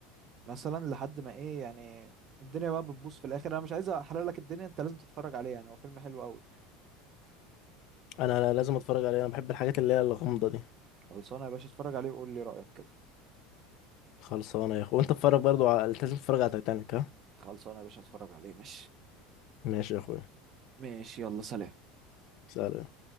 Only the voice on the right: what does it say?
مثلا لحد ما ايه يعني الدنيا بقى بتبوظ في الاخر انا مش عايز احرق لك الدنيا انت لازم تتفرج عليه يعني هو فيلم حلو قوي
خلصانه يا باشا اتفرج عليه وقول لي رأيك كده
خلصانه يا باشا اتفرج عليه ماشي
ماشي يلا سلام